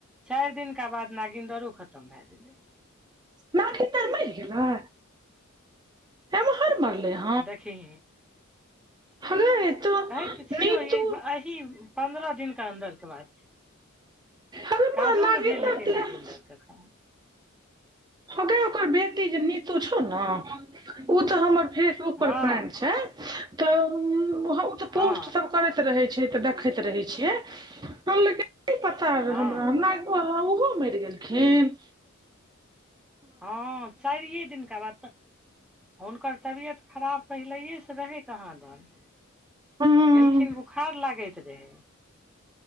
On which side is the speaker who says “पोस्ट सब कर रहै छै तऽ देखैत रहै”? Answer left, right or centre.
Right